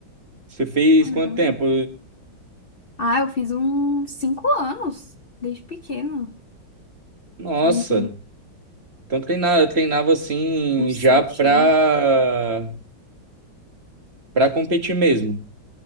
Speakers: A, on the right; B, on the left.
A: Você fez
B: Ah,
A: quanto
B: que legal.
A: tempo?
B: Ah, eu fiz uns cinco anos, desde pequeno.
A: Nossa,
B: Eu entrei
A: então treinava, treinava assim
B: uns
A: já
B: sete
A: pra
B: anos.
A: para competir mesmo.